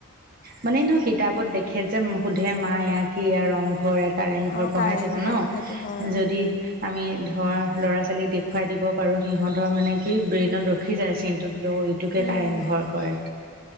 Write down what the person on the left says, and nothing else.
অঁ
কাৰেংঘৰ
সেইটো হয় উম
উম